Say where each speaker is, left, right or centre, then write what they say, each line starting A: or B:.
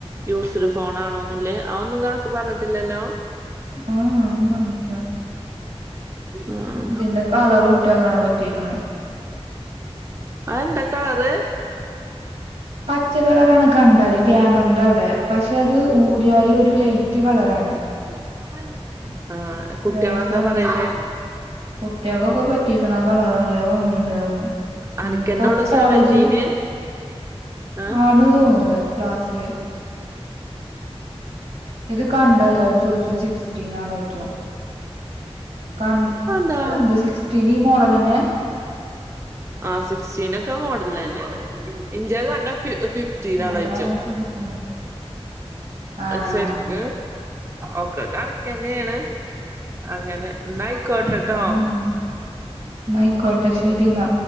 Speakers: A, on the right; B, on the right.
A: യൂസ്ഡ് ഫോൺ ആണോ എന്നില്ലേ ന്നക്ക് പറഞ്ഞിട്ടില്ലല്ലോ
B: ആഹ് ഒന്നും പറഞ്ഞില്ല
A: ആഹ്
B: ഇതിന്റെ കളർ കുട്ടിയ കാണാൻ പറ്റിക്കണ
A: ആ എന്താ കാളറ്
B: പച്ച കളറാണ് കണ്ടല് ക്യാമറിന്റെ അവിടെ പക്ഷെ അത് ഊര്യാാല ഒരു ലൈറ്റ് കളറാണ്
A: <unintelligible> കുട്ടികളെന്താ
B: രസുണ്ട്
A: പറയല്
B: കുട്ടികക്കൊക്കെ പറ്റിക്കണ കളറല്ല എല്ല ഭംഗിയണ്ട് കാരണം
A: അനക്കന്നെ
B: ഇപ്പൊ
A: ഉള്ളു
B: കോളേജ്
A: സെവന്റീന് ആഹ്
B: ആണ് തോന്നണ ക്ലാസ്സില് ഇത് കണ്ടല്ലാരും ചോദിച്ചോ സിക്സ്റ്റീൻ ആണ ചോദിച്ചോ കൺ
A: അതെന്താ
B: എന്ത സിക്സ്റ്റീൻ ഈ മോഡൽ എന്നന്നെ
A: ആ സിക്സ്റ്റീൻൊക്കെ മോഡൽ തന്നെയാണ് ഇന്ത്യ കണ്ട്യ ഫിഫ്റ്റീൻ
B: ആഹ്
A: ആണ
B: അതാ
A: ജോയ് ച്ചും
B: ചോദിച്ചത് ആഹ്
A: ശരിക്ക ഓക്കെ കണക്ക തന്നെയാണ് അങ്ങനെ എന്നാ ആയിക്കോട്ടെട്ടോ
B: ചെലപ്പംഅത് വാങ്ങും ന്നാ യിക്കോട്ടെ ശരി എന്നാ